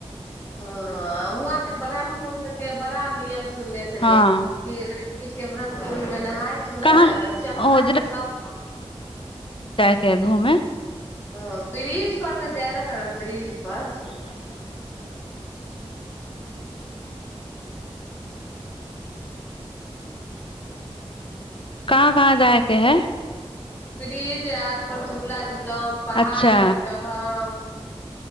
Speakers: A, on the left; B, on the left.
A: हँ हआँके ब्राम कन्दके बरा नियत्र सुनले छलियै
B: हँ
A: कि राजगीर के ब्रह्म कुण्डमे नहााय छले
B: कहाँ
A: ने तऽ चमड़ा
B: ओ
A: के सब
B: के घूमे
A: ओ ब्रिज पर तऽ जेबे करे ने ब्रिज पर
B: ए हँ कहाँ कहाँ जायके है
A: ब्रिज यार परर झूला घुलम पहाड़
B: अच्छा
A: पर चढ़म